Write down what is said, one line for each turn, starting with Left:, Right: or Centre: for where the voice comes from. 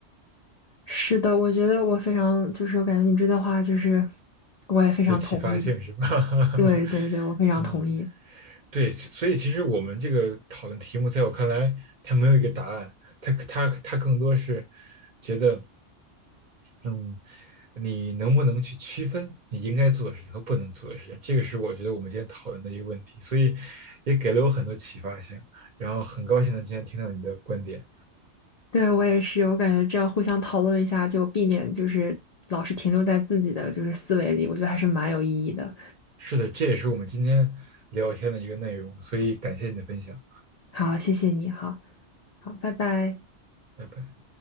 Left: 是的，我觉得我非常就是我感觉你这段话就是我也非常同意。
Right: 有启发性是吧？<laughs>
Left: 对对对，我非常同意。
Right: 嗯。对，所以其实我们这个讨论题目，在我看来，它没有一个答案，它它它更多是觉得，嗯，你能不能去区分你应该做的事情和不能做的事情，这个是我觉得我们今天讨论的一个问题，所以也给了我很多启发性，然后很高兴的今天听到你的观点，
Left: 对，我也是，我感觉这样互相讨论一下，就避免就是老是停留在自己的就是思维里，我觉得还是蛮有意义的。
Right: 是的，这也是我们今天聊天的一个内容，所以感谢你的分享，
Left: 好，谢谢你，好好，拜拜。
Right: 拜拜。